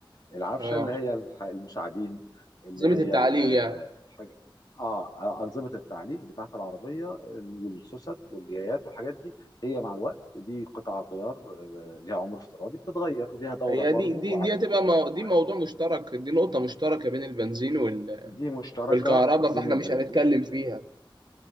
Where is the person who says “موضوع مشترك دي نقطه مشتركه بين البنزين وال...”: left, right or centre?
Right